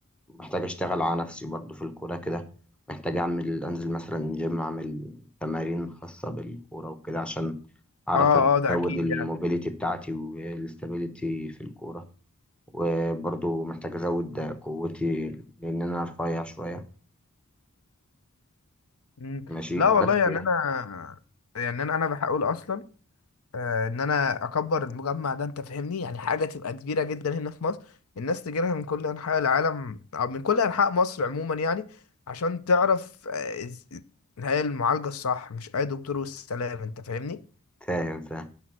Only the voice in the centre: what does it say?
محتاج أشتغل على نفسي برضو في الكورة كده محتاج أعمل أنزل مثلا جيم أعمل تمارين خاصة بالكورة وكده عشان أعرف
أزود
الموبيليتي
بتاعتي والاستابيليتي في الكورة وبرضو محتاج أزود قوتي لأن أنا رفيع شوية
ماشي
بس
يعني
فاهم فاهم